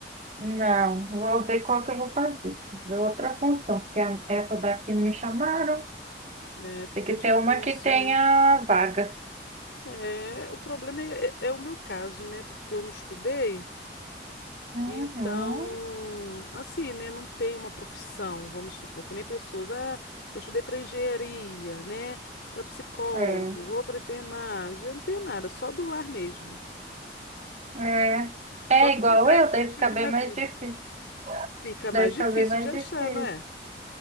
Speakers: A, on the right (about 40°); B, on the left (about 80°).
A: Não, vou ver qual que eu vou fazer. Ver Outra função, porque a- essa daqui não me chamaram.
B: É, fica
A: Tem que
B: difícil,
A: ter uma que tenha
B: né?
A: vagas.
B: É, o problema é, é- é o meu caso, né? Porque eu não estudei,
A: Uhum.
B: então, assim, né? Não tenho uma profissão, vamos supor, que nem pessoas. Ah, eu estudei para engenharia, né? Para psicólogo,
A: É.
B: ou para enfermagem. Eu não tenho nada, só do lar mesmo.
A: É. É
B: Fora os
A: igual
B: empregos
A: eu, deve
B: que eu tive
A: ficar bem
B: na vida.
A: mais difícil.
B: Fica
A: Deve
B: mais
A: ficar
B: difícil
A: bem mais
B: de achar,
A: difícil.
B: não é?